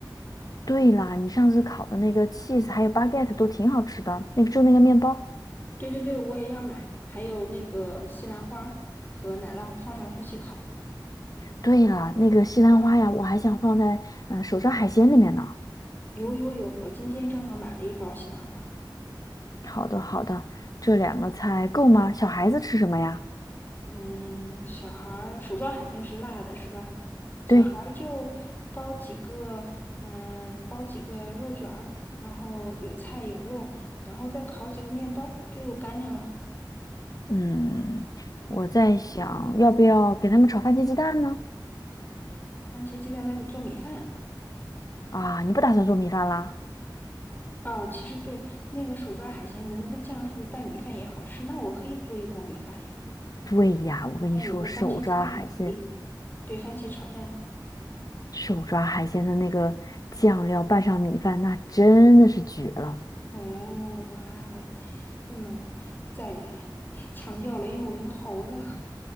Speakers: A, on the left; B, on the left.
A: 对啦，你上次烤的那个 cheese 还有 baguette 都挺好吃的，那个就那个面包。
B: 对对对，我也要买，还有那个西兰花和奶酪放上去一起烤。
A: 对了，那个西兰花呀，我还想放在嗯、呃手抓海鲜里面呢。
B: 有有有，我今天正好买了一包西兰花。
A: 好的，好的，这两个菜够吗？小孩子吃什么呀？
B: 嗯，小孩儿手抓海鲜是辣的，是吧？小孩儿就包几个，
A: 对，
B: 嗯、包几个肉卷儿，然后有菜有肉，然后再烤几个面包，就有干粮了。
A: 嗯，我在想要不要给他们炒番茄鸡蛋呢？
B: 番茄鸡蛋那铁做米饭。
A: 啊，你不打算做米饭啦？
B: 哦，其实对，那个手抓海鲜的那个酱是不是拌米饭也好吃？那我可以做一锅米饭呀。
A: 对呀，我跟你说，
B: 那有个番茄鸡蛋也可以，
A: 手抓海鲜，
B: 对，番茄炒蛋。
A: 手抓海鲜的那个酱料拌上米饭，那真的是绝了。
B: 哦，哇，我不能再 <laughs> 强调了，因为我真的好饿。